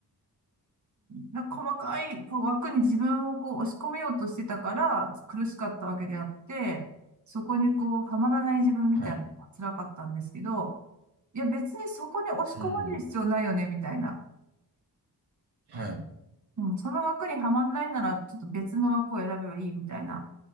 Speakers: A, on the right; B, on the right.
A: なんか細かいこう枠に自分をこう押し込めようとしてたから苦しかったわけであって、そこにこうはまらない自分みたいなのが辛かったんですけど、
B: はい。
A: いや別にそこに押し込まれる必要ないよね、
B: うん。
A: みたいな。
B: はい。
A: うん、その枠にはまらないならちょっと別の枠を選べばいいみたいな、